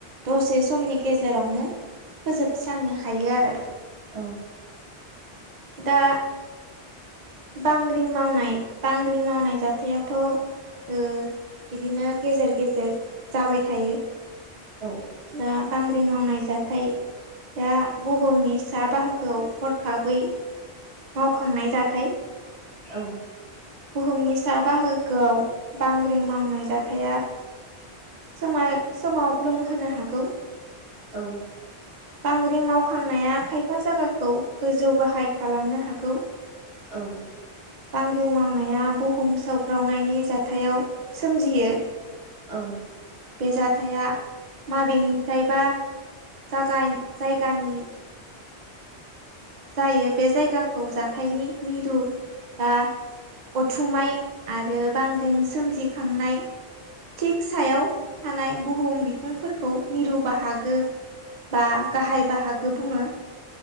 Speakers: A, on the right (about 50°); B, on the right (about 65°).
A: दसे समनि गेजेरावनो फोजोबस्रांनो हायो आरो
B: औ।
A: दा बांग्रिं मावनाय बांग्रिं मावनाय जाथायाथ' ओ बिदिनो गेजेर गेजेर जाबाय थायो।
B: औ।
A: दा बांग्रि मावनाय जाथाया बुहुमनि साहा बाहागो गोवाव हरखाबै मावखांनाय जाथाय
B: औ।
A: बुहुमनि सा बाहागोआव बांग्रिं मावनाय जाथाया सोमाय सोमावग्लुंहोनो हागौ
B: औ।
A: बांग्रिं मावखांनाया खायफा जायगाखौ गोजौ गाहाय खालामनो हागौ।
B: औ
A: बांग्रिं मावनाया बुहुम सावग्रावनायनि जाथायाव सोमजियो
B: औ
A: बे जाथाया माबेनिफ्रायबा जागाय जायगानि जायो बे जायगाखौ जाथायनि मिरु बा अथुमाय आरो बांग्रिं सोमजिखांनाय थिग सायाव थानाय बुहुम बिखुंफोरखौ मिरु बाहागो बा गाहाय बाहागो बुङो